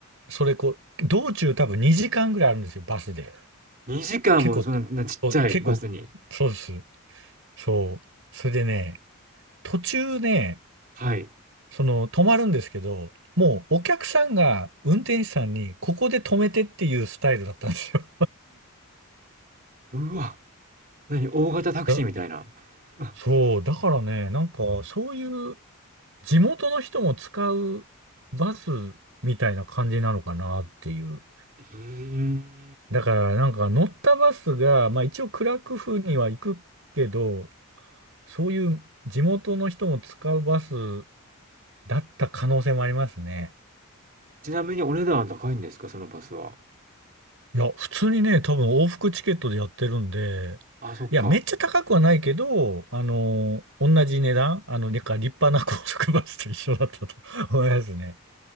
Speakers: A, on the right; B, on the right.
A: それこう、道中多分2時間ぐらいあるんですよ、バスで。
B: 2時間もそんなちっちゃいバスに。
A: 結構、お結構、そうです。そう。それでね、途中ね、
B: はい。
A: その、止まるんですけど、もうお客さんが運転手さんに、ここで止めてっていうスタイルだったんですよ。
B: うわ、何、大型タクシーみたいな。
A: <laughs> だ、
B: あ
A: そう、だからね、なんか、そういう地元の人も使うバスみたいな感じなのかなっていう。
B: うーん。
A: だから、なんか乗ったバスが、まあ一応クラクフには行くけど、そういう地元の人も使うバスだった可能性もありますね。
B: ちなみにお値段は高いんですか、そのバスは。
A: いや、普通にね、多分往復チケットでやってるんで、
B: あ、そっか。
A: いや、めっちゃ高くはないけど、あの、同じ値段、あの、なんか立派な <laughs> 高速バスと一緒だったと <laughs> 思いますね。